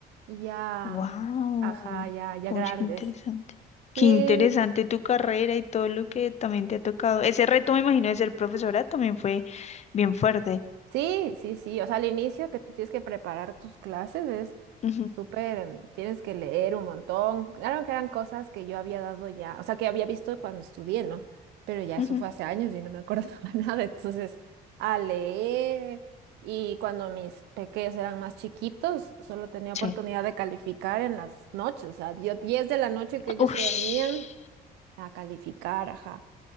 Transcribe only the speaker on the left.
Wow,
oye,
qué interesante. Qué
interesante tu carrera y todo lo que también te ha tocado. Ese reto, me imagino, de ser profesora también fue bien fuerte.
Ujú,
ujú,
Sí.
Ush.